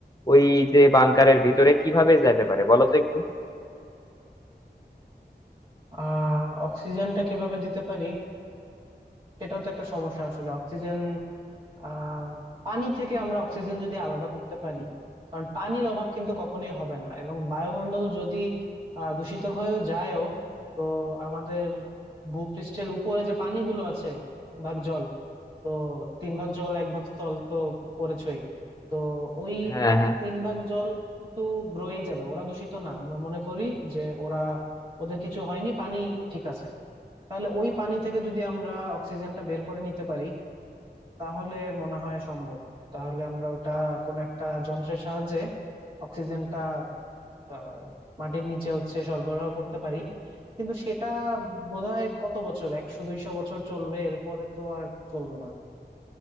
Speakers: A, on the left; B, on the right.
A: ওই যে বাংকারের ভিতরে কিভাবে যেতে পারে বলো তো একটু
B: আহ অক্সিজেনটা কিভাবে দিতে পারি সেটাও তো একটা সমস্যা আসলে অক্সিজেন আহ পানি থেকে আমরা অক্সিজেন যদি আলাদা করতে পারি কারণ পানির অভাব কিন্তু কখনোই হবে না এবং বায়ুমণ্ডল যদি আহ দূষিত হয়েও যায়ও তো আমাদের ভূপৃষ্ঠের উপরে যে পানিগুলো আছে তিন ভাগ জল তো তিন ভাগ জল এক ভাগ স্থল তো পড়েছই তো ওই
A: হ্যাঁ হ্যাঁ
B: তিন ভাগ জল কিন্তু রয়েই যাবে ওরা দূষিত না আমরা মনে করি যে ওরা ওদের কিছু হয়নি পানি ঠিক আছে তাহলে ওই পানি থেকে যদি আমরা অক্সিজেনটা বের করে নিতে পারি তাহলে মনে হয় সম্ভব তাহলে আমরা ওটা কোন একটা যন্ত্রের সাহায্যে অক্সিজেনটা আহ, মাটির নিচে হচ্ছে সরবরাহ করতে পারি কিন্তু সেটা বোধহয় কত বছর একশো দুইশো বছর চলবে এরপরে তো আর চলবে না